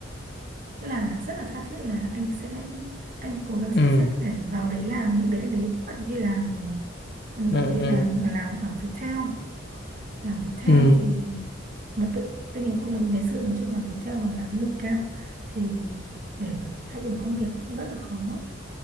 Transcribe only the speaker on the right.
nghĩa là rất là tha thiết là anh sẽ anh cố gắng sắp
xếp để vào đấy làm lúc đấy anh đấy bận đi làm rồi anh ấy
bắt đầu đi
làm và làm ở Viettel làm Viettel
thì mà tự tôi nhớ không nhầm ngày xưa nói chung là Viettel mà làm lương cao thì để mà thay đổi công việc cũng rất là khó